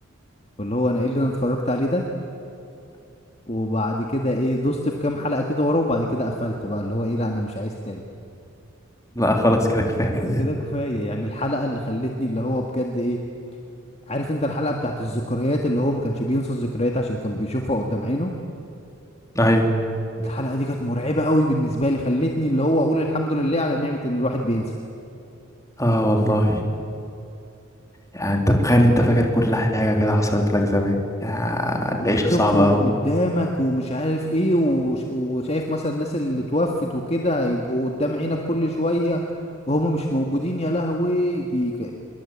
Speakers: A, on the left; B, on the left.
A: واللي هو انا ايه اللي انا اتفرجت عليه ده وبعد كده ايه دوست في كام حلقة كده ورا وبعد كده قفلت بقى اللي هو ايه لا انا مش عايز تاني
B: لا خلاص كده كفاية
A: كده كفاية يعني الحلقة اللي خلتني اللي هو بجد ايه عارف انت الحلقة بتاعت الذكريات اللي هو ما كانش بينسى الذكريات عشان كان بيشوفها قدام عينه
B: ايوه
A: الحلقة دي كانت مرعبة قوي بالنسبة لي خلتني اللي هو اقول الحمد لله على نعمة ان الواحد بينسى
B: اه والله يعني انت تخيل انت فاكر كل حاجة كده حصلت لك زمان يا
A: وبتشوفهم
B: العيشة صعبة قوي
A: قدامك ومش عارف ايه وش... وشايف مثلا الناس اللي توفت وكده هيبقوا قدام عينك كل شوية وهم مش موجودين يا لهوي دي ك-